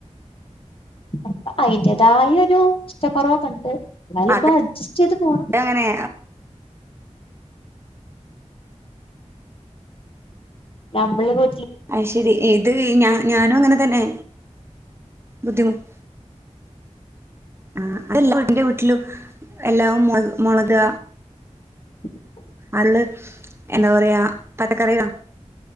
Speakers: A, on the left; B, on the right.
A: അപ്പം അതിന്റേതായ ഒരു ഇഷ്ട കുറവൊക്കെയുണ്ട്. എന്നാലും ഇപ്പോ
B: അത്
A: അഡ്ജസ്റ്റ് ചെയ്ത് പോണു
B: അങ്ങനെ
A: നമ്മളിപ്പോ
B: അത് ശരി. ഇത് ഞാന്, ഞാനും അങ്ങനെ തന്നെ ബുദ്ധിമുട്ട് ആ അല്ല എന്റെ വീട്ടിലും എല്ലാം മുളക്
A: <inaudible>
B: അല്ല. എന്താ പറയാ പച്ചക്കറികളാ.